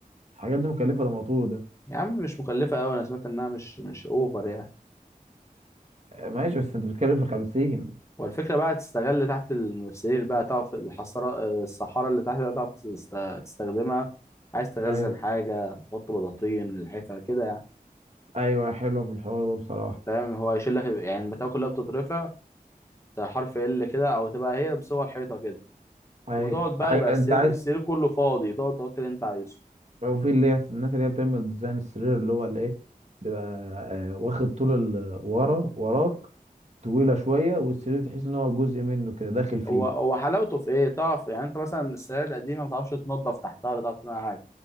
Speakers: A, on the right; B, on the left.
A: الحاجات دي مكلفه ده موتور ده
B: يا عم مش مكلفه قوي انا سمعت انها مش مش اوفر يعني
A: آه، ماشي بس انت بتتكلم في 50
B: والفكره بقى تستغل تحت السرير بقى تعرف الحصاره الصحاره اللي تحت بقى تعرف تست- تستخدمها عايز تخزن
A: ايوه
B: حاجه تحط بطاطين الحفه كده يعني
A: ايوه حلوه في الحوار ده بصراحه
B: فاهم هو يشيل لك يعني البتاع كلها بتترفع زي حرف ال كده او تبقى هي بصور حيطه كده
A: ايوه
B: وتقعد بقى
A: ع-
B: يبقى السرير
A: انت عايز
B: السرير كله فاضي تقعد تحط اللي انت عايزه
A: لو في اللي هي الناس اللي هي بتعمل ديزاين السرير اللي هو الايه بيبقى آه، واخد طول ال- ورا وراك طويله شويه والسرير تحس ان هو جزء منه كده داخل فيه
B: هو هو حلاوته في ايه تعرف يعني انت مثلا السرير القديمه ما تعرفش تنضف تحتها ولا تعرف تعمل حاجه